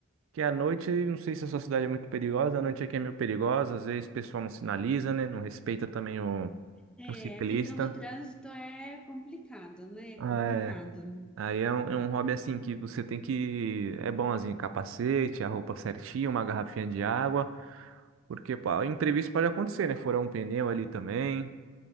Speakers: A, on the right; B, in the centre.
A: que à noite, não sei se a sua cidade é muito perigosa, a noite aqui é meio perigosa, às vezes o pessoal não sinaliza, né, não respeita também o,
B: É,
A: o ciclista.
B: a questão do trânsito é complicado, né? É
A: É,
B: complicado.
A: aí é um, é um hobby assim que você tem que. É bom assim, capacete, a roupa certinha, uma garrafinha de água. Porque, pô, imprevisto pode acontecer, né? Furar um pneu ali também.